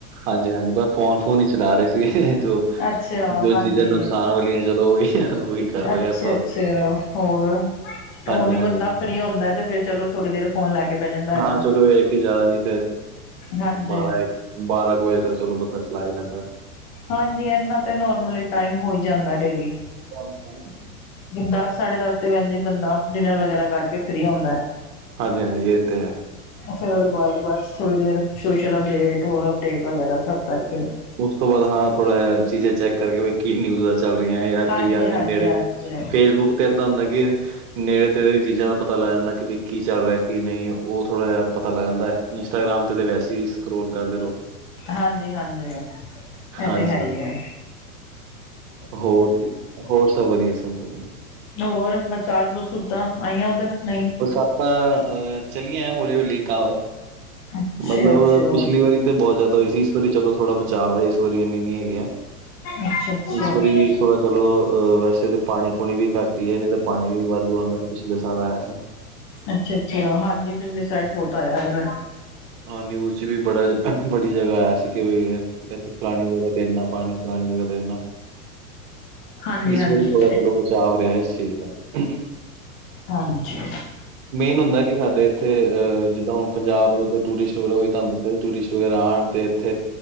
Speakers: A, on the right; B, on the left.
A: ਹਾਂਜੀ-ਹਾਂਜੀ, ਬਸ ਫੋਨ-ਫੂਨ ਹੀ ਚਲਾ ਰਹੇ ਸੀ। ਜੋ
B: ਅੱਛਾ
A: ਜੋ
B: ਹਾਂਜੀ
A: ਚੀਜ਼ਾਂ ਨੁਕਸਾਨ ਵਾਲੀਆਂ ਚਲੋ ਓਹੀ, ਓਹੀ ਕਰ ਰਹੇ
B: ਅੱਛਾ
A: ਆਪਾਂ।
B: ਅੱਛਾ ਹੋਰ, ਹੁਣ
A: ਹਾਂਜੀ-ਹਾਂਜੀ
B: ਬੰਦਾ ਫਰੀ ਹੁੰਦਾ ਤੇ ਫੇਰ ਚਲੋ ਥੋੜੀ ਦੇਰ ਫੋਨ ਲੈ ਕੇ ਬੈਹ ਜਾਂਦਾ। ਹੈਗਾ
A: ਹਾਂ, ਚਲੋ ਏਹ ਐ ਕਿ ਜ਼ਿਆਦਾ ਨੀ, ਤੇ
B: ਹਾਂਜੀ
A: ਬਾਰਾਂ ਬਾਰਾਂ ਕੁ ਵਜੇ ਤੱਕ, ਚਲੋ ਬੰਦਾ ਚਲਾ ਹੀ ਲੈਂਦਾ।
B: ਹਾਂਜੀ, ਏਨਾਂ ਤੇ ਨੋਰਮਲ ਟਾਈਮ ਹੋਈ ਜਾਂਦਾ ਡੇਲੀ।
A: <inaudible>
B: ਦਸ ਸਾਢੇ ਦਸ ਤੇ ਵੈਸੇ ਈ, ਬੰਦਾ ਡਿਨਰ ਵਗੈਰਾ ਕਰਕੇ ਫਰੀ ਹੁੰਦਾ ਹੈ।
A: ਹਾਂਜੀ-ਹਾਂਜੀ ਏਹ ਤੇ ਹੈ।
B: ਫੇਰ, ਓਦੇ ਬਾਦ ਬਸ ਥੋੜੀ ਦੇਰ, ਸੋਸ਼ਲ ਅਪਡੇਟ ਹੋਰ ਅਪਡੇਟ ਵਗੈਰਾ ਸਭ ਕਰਕੇ।
A: ਓਸ ਤੋਂ ਬਾਅਦ ਹਾਂ। ਥੋੜਾ ਜ ਚੀਜ਼ਾਂ ਚੈੱਕ ਕਰਕੇ, ਵੀ ਕੀ ਨਿਊਜ਼ ਚੱਲ ਰਹੀਆਂ, ਜਾਂ
B: ਹਾਂਜੀ
A: ਕੀ ਆ
B: ਹਾਂਜੀ
A: ਨੇੜੇ
B: ਹਾਂਜੀ
A: ਫੇਸਬੁੱਕ ਤੇ ਏਦਾਂ ਹੁੰਦਾ, ਕਿ ਨੇੜੇ ਤੇੜੇ ਚੀਜ਼ਾਂ ਦਾ ਪਤਾ ਲੱਗ ਜਾਂਦਾ ਕਿ ਕੀ ਚੱਲ ਰਿਹਾ ਕੀ ਨਹੀਂ, ਓਥੋੜ੍ਹਾ ਜਿਹਾ ਪਤਾ ਲੱਗ ਜਾਂਦਾ ਹੈ, ਇੰਸਟਾਗ੍ਰਾਮ ਤੇ ਤੇ ਵੈਸੇ ਹੀ ਸਕਰੋਲ ਕਰਦੇ ਰਹੋ।
B: ਹਾਂਜੀ-ਹਾਂਜੀ, ਐ
A: ਹਾਂਜੀ
B: ਤੇ ਹੈ ਈ ਐ।
A: ਹੋਰ ਜੀ, ਹੋਰ ਸਭ ਵਧੀਆ, ਸਭ ਵਧੀਆ।
B: ਹੋਰ ਬਰਸਾਤ ਬਰਸੂਤਾਂ ਆਈਆਂ, ਓਧਰ ਨਹੀਂ?
A: ਬਰਸਾਤਾਂ ਅਹ ਚੱਲੀਆਂ, ਹੌਲੀ--ਹੌਲੀ ਕ
B: ਅੱਛਾ
A: ਮਤਲਬ
B: ਅੱਛਾ
A: ਪਿਛਲੀ ਵਾਰੀ ਤੇ ਬੋਤ ਜਾ਼ਦਾ ਹੋਈ ਸੀ, ਏਸ ਵਾਰੀ ਚਲੋ, ਥੋੜਾ ਬਚਾਵ ਹੈ। ਏਸ ਵਾਰੀ ਏਨੀ ਨੀ ਹੈਗੀ ਆ।
B: ਅੱਛਾ ਅੱਛਾ
A: ਏਸ
B: ਅੱਛਾ
A: ਵਾਰੀ ਥੋੜਾ ਚਲੋ, ਵੈਸੇ ਤਾਂ ਪਾਣੀ-ਪੂਣੀ ਵੀ ਘੱਟ ਹੀ ਐ, ਨਈ ਤਾਂ ਪਾਣੀ ਵੀ ਵਾਧੂ ਆਂਦਾ ਸੀ, ਪਿਛਲੇ ਸਾਲ ਆਏਆ ਸੀ।
B: ਅੱਛਾ-ਅੱਛਾ, ਹਾਂਜੀ, ਪਿਛਲੇ ਸਾਈਡ ਬੋਤ ਆਇਆ ਹੈਗਾ।
A: ਹਾਂ, ਨਿਊਜ਼ ਚ ਵੀ ਬੜਾ, ਬੜੀ ਜਗ੍ਹਾ ਆਇਆ ਸੀ। ਫਲਾਣੀ ਜਗ੍ਹਾ ਤੇ ਏਨਾ ਪਾਣੀ, ਫਲਾਣੀ ਜਗ੍ਹਾ ਤੇ ਏਨਾ।
B: ਹਾਂਜੀ
A: ਇਸ
B: ਹਾਂਜੀ
A: ਵਾਰੀ ਥੋੜਾ ਚਲੋ, ਬਚਾਵ ਰਿਹਾ, ਇਸ ਚੀਜ਼ ਦਾ।
B: ਹਾਂਜੀ।
A: ਮੇਨ ਹੁੰਦੈ, ਕਿ ਸਾਡੇ ਏਥੇ ਅਹ ਜਿੱਦਾਂ ਹੁਣ ਪੰਜਾਬ ਨੇ ਉਦ ਟੂਰਿਸਟ ਵਲੋ ਵੀ ਤਾਂਹ ਤਂਗ ਟੂਰਿਸਟ ਵਗੈਰਾ ਆਣ ਤੇ। ਇੱਥੇ